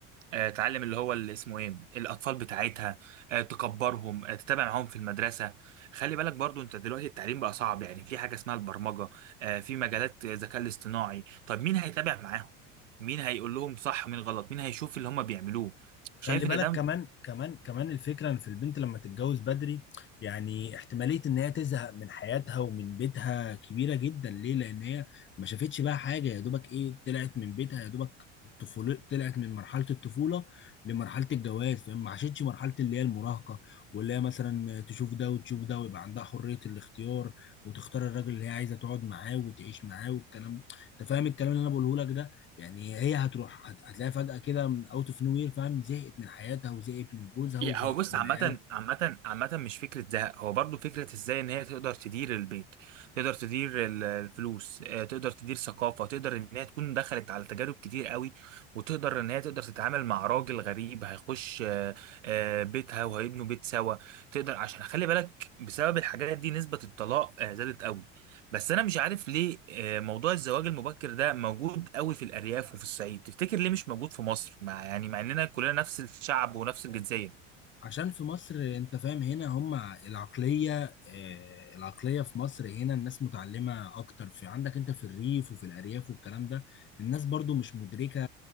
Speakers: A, on the right; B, on the left.
A: آه، تعلم اللي هو اللي اسمه ايه الاطفال بتاعتها آه، تكبرهم آه، تتابع معاهم في المدرسه خلي بالك برضو انت دلوقتي التعليم بقى صعب يعني في حاجه اسمها البرمجه آه، في مجالات الذكاء الاصطناعي طب مين هيتابع معاهم مين هيقول لهم صح ومين غلط مين هيشوف اللي هم بيعملوه
B: خلي
A: شايف
B: بالك
A: ان ده
B: كمان كمان كمان الفكرة ان في البنت لما تتجوز بدري يعني احتمالية ان هي تزهق من حياتها ومن بيتها كبيرة جدا ليه؟ لان هي ما شافتش بقى حاجة يا دوبك ايه طلعت من بيتها يا دوبك الطفولة طلعت من مرحلة الطفولة لمرحلة الجواز فما عاشتش مرحلة اللي هي المراهقة واللي هي مثلا تشوف ده وتشوف ده ويبقى عندها حرية الاختيار وتختار الراجل اللي هي عايزة تقعد معاه وتعيش معاه والكلام انت فاهم الكلام اللي انا بقوله لك ده؟ يعني هي هتروح هت- هتلاقيها فجأة كده من اوت اوف نو وير فاهم زهقت من حياتها وزهقت من جوزها وزهقت
A: يا- هو بص
B: من
A: عامة
B: عيالها
A: عامة عامة مش فكرة زهق هو برضو فكرة ازاي ان هي تقدر تدير البيت تقدر تدير ال- الفلوس آه، تقدر تدير ثقافة تقدر ان هي تكون دخلت على تجارب كتير قوي وتقدر ان هي تقدر تتعامل مع راجل غريب هيخش آه، آه، بيتها وهيبنوا بيت سوا تقدر عشان خلي بالك بسبب الحاجات دي نسبة الطلاق آه، زادت قوي بس انا مش عارف ليه آه، موضوع الزواج المبكر ده موجود قوي في الارياف وفي الصعيد تفتكر ليه مش موجود في مصر مع يعني مع اننا كلنا نفس الشعب ونفس الجنسية
B: عشان في مصر انت فاهم هنا هم العقلية آه، العقلية في مصر هنا الناس متعلمة اكتر في عندك انت في الريف وفي الارياف والكلام ده الناس برضو مش مدركة